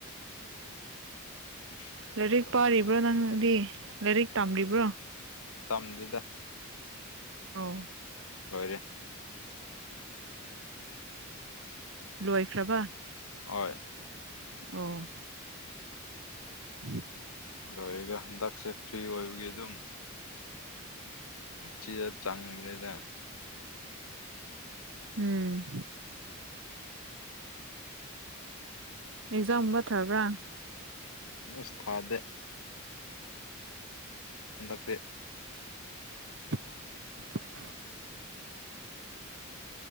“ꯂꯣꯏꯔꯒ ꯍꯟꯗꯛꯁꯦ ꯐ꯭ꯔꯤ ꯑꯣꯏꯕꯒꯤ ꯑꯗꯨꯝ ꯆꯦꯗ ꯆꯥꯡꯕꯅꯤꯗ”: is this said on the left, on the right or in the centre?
Left